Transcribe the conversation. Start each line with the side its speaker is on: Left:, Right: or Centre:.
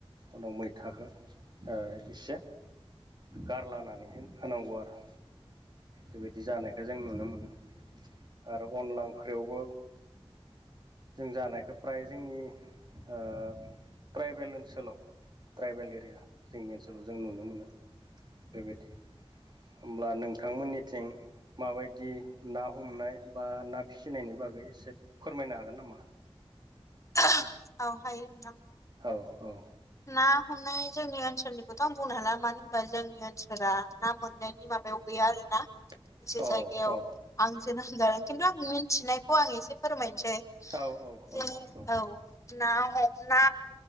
Right: उनाव मैथखौ ओ एसे गारलानानैह होनांगौ आरो बेबायदि जानायखौ जों नुनो मोनो आरो अनला ओंख्रियावबो जों जानायखौ फ्राय जोंनि ओ ट्राइबेल ओनसोलाव ट्राइबेल एरिया जोंनि ओनसोलाव जों नुनो मोनो बेबायदि होमब्ला नोंथांमोननिथिं माबायदि ना हमनाय बा ना फिसिनायनि बागै एसे फोरमायनो हागोन नामा
Left: ओ औ हायो नोंथां
Right: औ औ
Left: ना हमनाय जोंनि ओनसोलनिखौथ' आं बुंनो हाला मानो होनबा जोंनि ओनसोला ना मोननायनि माबायाव गैया आरो ना
Right: <unintelligible>
Left: एसे जायगायाव
Right: औ
Left: आंसोनां जादों खिन्थु आं मिन्थिनायखौ आं एसे फोरमायनोसै
Right: औ औ औ
Left: जे
Right: औ
Left: औ ना हम ना